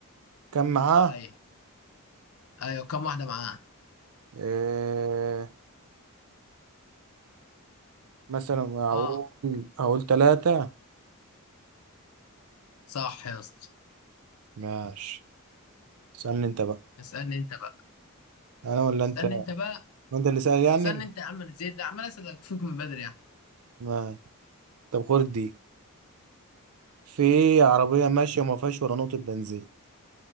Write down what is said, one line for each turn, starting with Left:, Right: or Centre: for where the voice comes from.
Right: كان معاه
Left: أيوة أيوة كم واحدة معاه؟
Right: إيه... مثلا هقول
Left: اه
Right: هقول تلاتة
Left: صح يا اسطى
Right: ماشي استنى انت بقى
Left: اسألني أنت بقى
Right: انا ولا انت
Left: اسألني أنت بقى
Right: ما انت اللي سأل يعني
Left: استنى انت يا عم أنا زيد ده عمال اسالك فيك من بدري يعني
Right: ما طب خد دي في عربية
Left: اوه
Right: ماشية وما فيهاش ولا نقطة بنزين